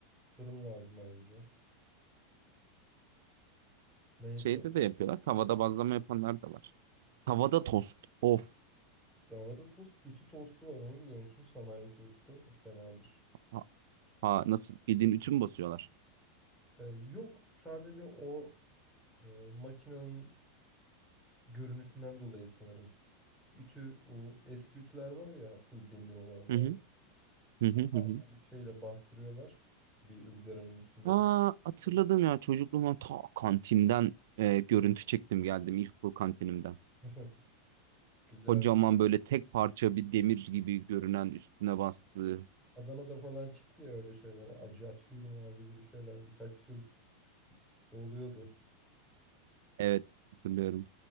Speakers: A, in the centre; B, on the right.
A: Fırın lazım ayrıca. Neyse.
B: şeyde de yapıyorlar. Tavada bazlama yapanlar da var. Tavada tost. Of.
A: Davada tost, ütü tostu var onu biliyor musun? Sanayi tostu fenadır.
B: Ha, ha, nasıl bildiğin ütü mü basıyorlar?
A: Ee, yok sadece o e, makinenin görünüşünden dolayı sanırım. Ütü, o eski ütüler var ya full demir olanlar.
B: Hı hı. Hı hı
A: O tarz
B: hı. hı.
A: bir şeyle bastırıyorlar. Bir ızgaranın üstünde
B: Aa,
A: yapıyorlar.
B: hatırladım ya çocukluğumdan ta kantinden e, görüntü çektim geldim ilkokul kantinimden.
A: <laughs> Güzel.
B: Kocaman böyle tek parça bir demir gibi görünen üstüne bastığı.
A: Adana'da falan çıktı ya öyle şeyler. Acı atıyorum abi gibi şeyler. Birkaç yıl oluyordu.
B: Evet hatırlıyorum.